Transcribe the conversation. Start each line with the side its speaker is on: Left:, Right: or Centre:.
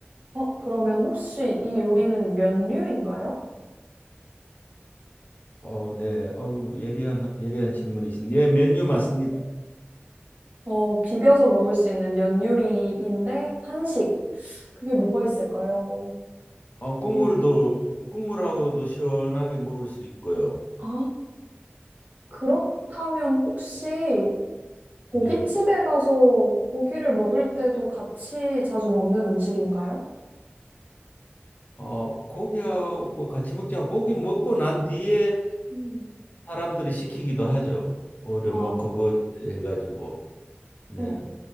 Right: 어, 그러면 혹시 이 요리는 면류인가요?
Left: 어, 네. 어우, 예리한, 예리한 질문이신. 예, 메뉴 맞습니다.
Right: 어, 비벼서 먹을 수 있는 면 요리인데 한식. 그게 뭐가 있을까요?
Left: 어, 국물도,
Right: 어,
Left: 국물하고도 시원하게 먹을 수 있고요.
Right: 아, 그렇다면 혹시 고깃집에
Left: 네.
Right: 가서 고기를 먹을 때도 같이 자주 먹는 음식인가요?
Left: 어, 고기하고 같이 먹지만 고기 먹고 난 뒤에
Right: 음,
Left: 사람들이 시키기도 하죠. 오히려
Right: 아,
Left: 뭐 그거 해가지고 네
Right: 어.